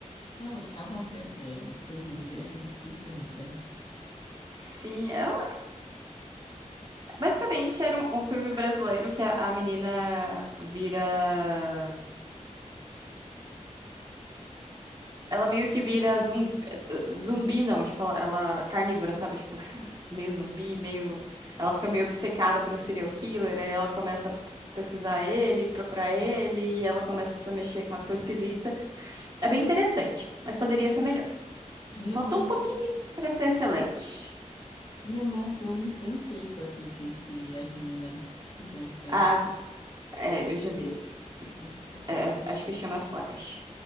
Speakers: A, on the left; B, on the right.
A: Não, acontece, é, filme índio é difícil da gente lembrar.
B: Sim, é, um, basicamente era um, um filme brasileiro que a, a menina vira Ela meio que vira zumbi, zumbi não, tipo, ela, ela carnívora, sabe? Tipo, <laughs> meio zumbi, meio. Ela fica meio obcecada por um serial killer, aí ela começa a pesquisar ele, procurar ele, e ela começa a mexer com as coisas esquisitas. É bem interessante, mas poderia ser melhor.
A: Me lembrou
B: Faltou
A: um
B: um pouquinho
A: filme,
B: pra ser excelente.
A: me lembrou um filme francês que eu assisti que as meninas ficam estranhas
B: Ah,
A: também,
B: é, eu já vi esse.
A: mas fica pra
B: É, acho que chama Flash.